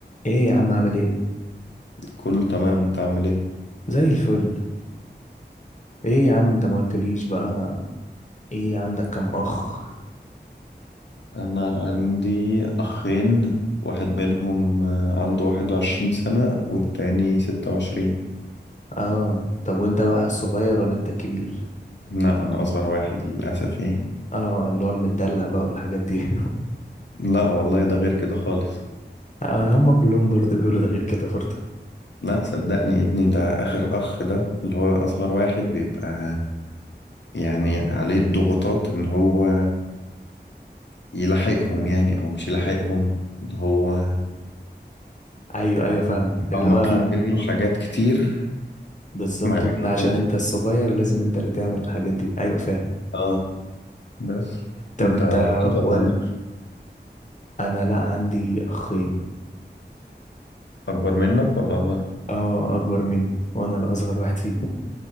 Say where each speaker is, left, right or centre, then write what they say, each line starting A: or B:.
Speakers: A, on the left; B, on the left.
A: ايه يا عم عامل ايه
B: كله تمام انت عامل ايه
A: زي الفل ايه يا عم انت ما قلتليش بقى ايه عندك كام اخ
B: انا عندي اخين واحد منهم آه، عنده واحد وعشرين سنة والتاني ستة وعشرين
A: اه طب وانت بقى الصغير ولا انت الكبير
B: لا انا اصغر واحد للاسف يعني
A: اه اللي هو المدلع بقى والحاجات دي <laughs>
B: لا والله ده غير كده خالص
A: آه هم كلهم برضه بيقولوا ده غير كده برضه
B: لا صدقني يا ابني ده اخر اخ ده اللي هو اصغر واحد بيبقى يعني عليه الضغوطات ان هو يلحقهم يعني او مش يلحقهم اللي هو
A: ايوه ايوه فاهمك
B: بيبقى
A: اللي
B: مطلوب
A: هو
B: منه حاجات كتير
A: بالظبط
B: مع
A: وانت
B: انه
A: عشان انت الصغير لازم انت اللي تعمل الحاجات دي ايوه فاهم
B: اه بس
A: طب
B: انت
A: انت
B: وحيد ولا
A: والد
B: عندك
A: انا لا عندي اخين
B: اكبر منك ولا اصغر
A: اه اكبر مني وانا الاصغر واحد فيهم